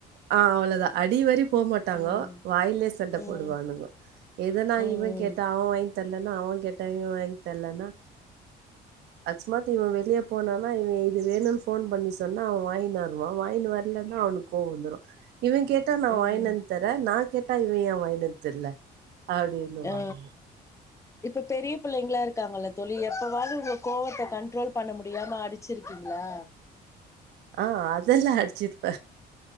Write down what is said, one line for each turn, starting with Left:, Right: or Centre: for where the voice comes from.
Right: ஆ அவ்வள தா அடிவரி போமாட்டாங்கோ
Left: ம்
Right: வாயிலயே சண்டை
Left: ம்
Right: போடுவானுங்கோ எதனா
Left: ம்
Right: இவன் கேட்டா அவன் வாங்கி தர்லன்னா அவன் கேட்டா இவன் வாங்கி தர்லன்னா அக்ஸ்மாத்தி இவன் வெளியே போனானா இவன் இது வேணுன் ஃபோன் பண்ணி சொன்னா அவன் வாய்னு வருவான் வாய்னு வர்லன்னா அவனுக்கு கோவோ வந்துரு இவன் கேட்டா நா
Left: ம்
Right: வாய்னு வந்தரேன் நா கேட்டா இவ ஏன் வாய்னு வந் தர்ல அப்டினுவாங்க
Left: ஆ இப்ப பெரிய பிள்ளைங்ளா இருக்காங்கல்ல தோழி எப்பவா வது உங்க கோவத்த கண்ட்ரோல் பண்ண முடியாம அடிச்சிருக்கீங்ளா
Right: ஆ அதெல்லா அடிச்சிருப்ப